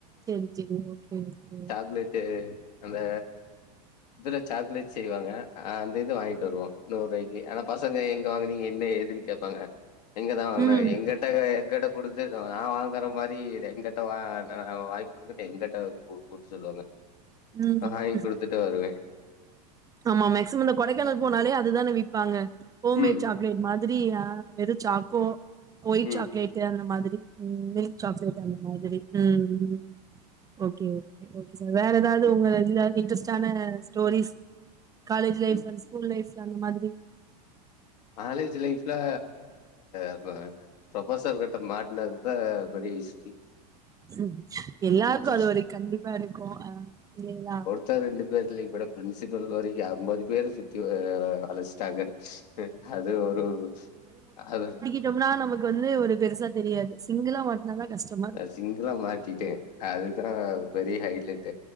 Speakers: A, on the right; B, on the left.
A: சேரி சேரி ஓகே ஓகே
B: பிளேட்டு அந்த இதுல சாக்லேட் செய்வாங்க அந்த இது வாங்கிட்டு வருவோம் நூறு ரூபாய்க்கு ஆனா பசங்க எங்க வாங்கினீங்க என்ன ஏது கேப்பாங்க எங்கதான் வாங்குனா
A: ம்
B: எங்கெட்ட எங்கெட்ட கொடுத்து நா வாங்குற மாரி எங்கெட்ட நா வாங்கி கொடுத்துட்டு எங்கெட்ட கூ கொடு சொல்லுவாங்க
A: ம்
B: வாங்கி குடுத்துட்டு வருவே
A: ஆமா மேக்சிமம் இந்த கொடைக்கானல் போனாலே அதுதானே விப்பாங்க ஹோம்மேட்
B: ம்
A: சாக்லேட் மாதிரி அ வெறும் சாக்கோ ஒயிட்
B: ம்
A: சாக்லேட்டு் அந்த மாதிரி ம் மில்க் சாக்லேட் அந்த மாதிரி ம் ஓகே ஓகே ஓகே சார் வேற ஏதாவது
B: ம்
A: உங்க இதுல இன்ட்ரெஸ்ட்டான ஸ்டோரிஸ் காலேஜ் லைஃப்ல
B: ம்
A: ஸ்கூல் லைஃப்ல அந்த மாதிரி
B: காலேஜ் லைஃப்ல அப ப்ரொபசர் கிட்ட மாட்னது தா பெரிய ஹிஸ்ட்ரி
A: ம் எல்லாருக்கும்
B: ஆ
A: அது ஒரு கண்டிப்பா இருக்கும் அ இல்லைங்ளா
B: தா ரெண்டு பேர்லி கூட பிரின்சிபல் வரிக்கும் ஐம்பது பேர் சுத்தி அடச்சிட்டாங்க அது ஒரு அது
A: ம்னா நமக்கு வந்து ஒரு பெருசா தெரியாது சிங்கிளா மாட் னாதா கஷ்டம்
B: சிங்குளா மாட்டிடேன் அதுதா பெரிய ஹைலைட்டு